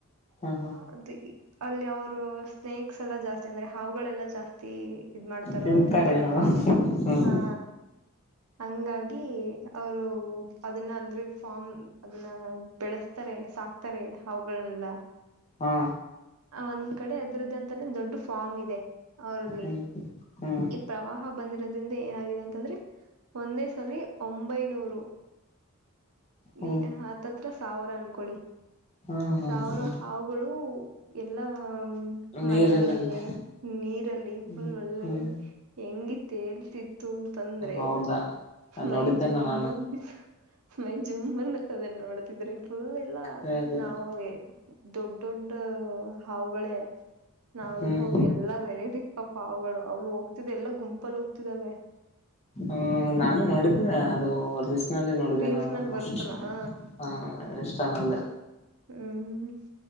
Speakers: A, on the left; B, on the right.
A: ಹಾ ಹಾ
B: ಅದು ಅಲ್ಲಿ ಅವರು ಸ್ನೇಕ್ಸ್ ಎಲ್ಲ ಜಾಸ್ತಿ ಅಂದ್ರೆ ಹಾವುಗಳೆಲ್ಲ ಜಾಸ್ತಿ ಇದ್ ಮಾಡ್ತಾರಲ್ಲ
A: ತಿಂತಾರೆ
B: ತಿಂತಾರಲ್ವಾ
A: ಹಾ ಹ್ಮ್
B: ಹಾ ಹಂಗಾಗಿ ಅವರು ಅದನ್ನ ಅಂದ್ರೆ ಫಾರ್ಮ್ ಅದನ್ನ ಬೆಳೆಸ್ತಾರೆ ಸಾಕ್ತಾರೆ ಅವುಗಳೆಲ್ಲ
A: ಹಾ
B: ಆ ಒಂದ್ ಕಡೆ ಅದರದ್ದ ಅಂತಾನೇ ದೊಡ್ಡ ಫಾರ್ಮ್ ಇದೆ ಅವರಲ್ಲಿ
A: ಹ್ಮ್ ಹ್ಮ್
B: ಪ್ರವಾಹ ಬಂದಿರೋದ್ರಿಂದ ಏನಾಗಿದೆ ಅಂತಂದ್ರೆ ಒಂದೇ ಸಲಿ ಒಂಬೈನೂರು
A: ಹ್ಮ್
B: ನೀ ಆತ್ತತ್ರ ಸಾವಿರ ಅನ್ಕೊಳ್ಳಿ
A: ಹ್ಮ್ ಹ್ಮ್ ಹ್ಮ್
B: ಸಾವಿರ ಹಾವುಗಳು ಎಲ್ಲಾ
A: ನೀರಿನಲ್ಲಿ
B: ಮನೆಗಳಿಗೆ ನೀರಲ್ಲಿ
A: ಹ್ಮ್
B: ಫುಲ್ ಒಳ್ಳೆ
A: ಹ್ಮ್
B: ಹೆಂಗಿತ್ತೇಳ್ತಿತ್ತು ಅಂತಂದ್ರೆ
A: ಹೌದಾ ನೋಡಿದ್ದೆ
B: ಮೈ ಜುಮ್ಮನ್
A: ನಾನು
B: ಮೈ ಜುಮ್ಮನ್ತ್ತದನ್ನ ನೋಡ್ತಿದ್ರೆ ಫುಲ್ ಎಲ್ಲ
A: ಹ್ಮ್
B: ನಾವೇ ದೊಡ್ ದೊಡ್ಡ ಹಾವುಗಳೇ ನಾವೇ
A: ಹ್ಮ್
B: ಎಲ್ಲಾ ವೆರೈಟಿ ಪಪ್ಪಾವುಗಳು ಅವು ಹೋಗ್ತಿದ ಎಲ್ಲ ಗುಂಪಲ್ಲಿ ಹೋಗ್ತಿದಾವೆ
A: ಹ್ಮ ನಾನು ನೋಡಿದ್ದೇನೆ ಅದು ಸಿಸ್ಕ್ ನೋಡಿದೆೆ
B: ರೀಲ್ಸ್
A: ನಾನು
B: ನಲ್ಲಿ
A: ಆಲ್ಮೋಸ್ಟ್
B: ಬರುತ್ತಲ್ಲ ಹ
A: ಹ ಎಷ್ಟ ಚಾನಲ್ನಲ್ಲಿ
B: ಹ್ಮ್